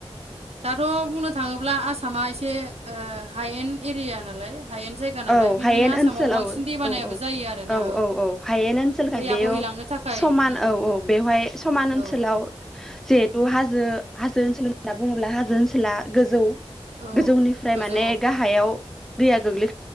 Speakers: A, on the right (about 90°); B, in the centre.
A: दाथ' बुंनो थाङोब्ला आसामा एसे से ओ हायेन एरिया नालाय हायेन जायगा नालाय
B: औ
A: बेनिखायनो
B: हायेन
A: आसामाव
B: ओनसोल
A: बांसिन
B: औ
A: दैबानायाबो
B: औ औ
A: जायो आरोना
B: औ औ औ हायेन ओनसोलखाय
A: दैया
B: बेयाव
A: बोहैलांनो थाखाय
B: समान
A: उम
B: औ औ बेवहाय समान ओनसोलाव
A: औ
B: जिहेथु हाजो हाजो ओनसोल होनना बुङोब्ला हाजो ओनसोला गोजौ
A: औ
B: गोजौनिफ्राय
A: गोजौ
B: माने गाहायाव दैया गोग्लै